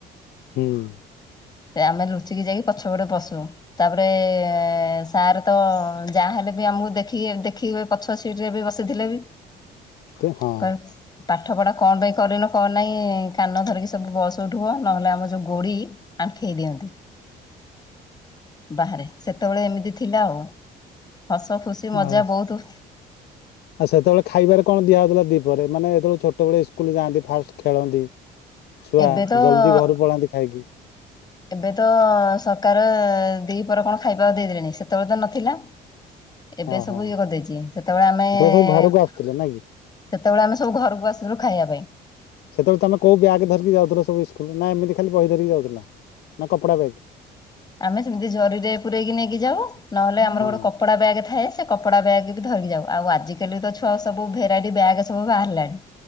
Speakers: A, on the left; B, on the left.
A: ହୁଁ।
B: ସେ ଆମେ ଲୁଚିକି ଯାଇକି ପଛପଟେ ବସୁ ତାପରେ ଏ ସାର୍ ତ ଯାହା ହେଲେ ବି ଆମକୁ ଦେଖିକି ଦେଖିକି ପଛ ସିଟରେ ବି ବସିଥିଲେ ବି।
A: ତେ ହଁ।
B: କହିବେ ପାଠ ପଢା କଣ ପାଇଁ କରିନ କ ନହିଁ କାନ ଧରିକି ସବୁ ବସ ଉଠୁହୁଅ ନହେଲେ ଆମ ଯୋଉ ଗୋଡି ଆଣ୍ଠେଇଦିଅନ୍ତି ବାହାରେ। ସେତେବେଳେ ଏମିତି ଥିଲା ଆଉ ହସ ଖୁସି ମଜା
A: ଆଉ
B: ବହୁତ।
A: ଆଉ ସେତେବେଳେ ଖାଇବାରେ କଣ ଦିଆ ହଉଥିଲା ଦିପ ପରେ ମାନେ ଯେତେବେଳେ ଛୋଟବେଳେ ସ୍କୁଲ ଯାଆନ୍ତି ଫାଷ୍ଟ ଖେଳନ୍ତି? ଛୁଆ
B: ଏବେ ତ
A: ଜଲଦି ଘରୁ ପଳାନ୍ତି ଖାଇକି।
B: ଏବେ ତ ସରକାର ଦିପରେ କଣ ଖାଇବା ଦେଇଦେଲେଣି ସେତେବେଳେ ତ ନଥିଲା। ଏବେ
A: ହଁ
B: ସବୁ
A: ହଁ
B: ଇଏ କରିଦେଇଛି ସେତେବେଳେ ଆମେ
A: ସବୁ ଘରକୁ ଆସୁଥିଲେ
B: ସେତେବେଳେ
A: ନାଇଁ କି?
B: ଆମେ ସବୁ ଘରକୁ ଆସିଥିଲୁ ଖାଇବା ପାଇଁ।
A: ସେତେବେଳେ ତମେ କୋଉ ବ୍ୟାଗ ଧରିକି ଯାଉ ସୁ ସ୍କୁଲ ନା ଏମିତି ଖାଲି ବହି ଧରିକି ଯାଉଥିଲ ନା କପଡା ବ୍ୟାଗ୍?
B: ଆମେ ସେମିତି ଜରିରେ ପୂରେଇକି ନେଇକି ଯାଉ ନହେଲେ ଆମର
A: ହଁ
B: ଗୋଟେ କପଡା ବ୍ୟାଗ ଥାଏ ସେ କପଡା ବ୍ୟାଗ ଧରିକି ଯାଉ ଆଉ ଆଜିିକାଲି ତ ଛୁଆ ସବୁ ଭେରାଇଟି ବ୍ୟାଗ୍ ସବୁ ବାହାରିଲାଣି।